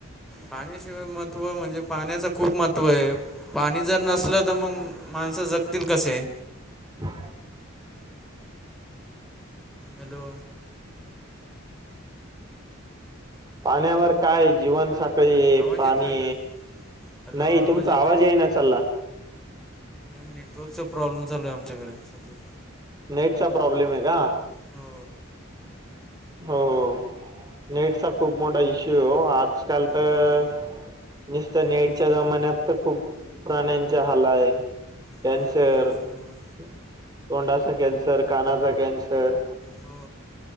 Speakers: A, in the centre; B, on the right.
A: पाण्याशिवाय महत्व म्हणजे पाण्याच खूप महत्त्व आहे पाणी जर नसल तर मग माणसं जगतील कसे
B: ह
A: हॅलो
B: पाण्यावर काय जीवन सकाळी
A: आवाज
B: पाणी
A: येतोय का हॅलो
B: नाही तुमचा
A: येतोय
B: आवाज आहे ना चाल्ला
A: नेटवर्कचा प्रॉब्लेम चालू आहे आमच्याकडे सध्या
B: नेट चा प्रॉब्लेम आहे का
A: हो
B: हो हो नेटचा खूप मोठा इश्यू हो आज आजकाल तर
A: हो
B: नुसत नेडच्या
A: तेच ना
B: जमान्यात आता खूप प्राण्यांचा हलाय
A: हो
B: कॅन्सर
A: तेच ना
B: तोंडाचा कॅन्सर कानाचा कॅन्सर
A: हो